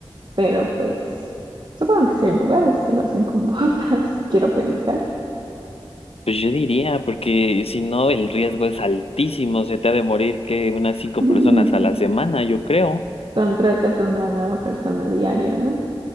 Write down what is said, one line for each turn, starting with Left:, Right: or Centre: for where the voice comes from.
Right: pero pues supongo que sí hay lugares que lo hacen con <laughs> botas, quiero pensar.
Left: Pues yo diría, porque si no, el riesgo es altísimo, se te ha de morir que unas
Right: <laughs>
Left: cinco personas a la semana, yo creo.
Right: Contratas a una nueva persona diario, ¿no?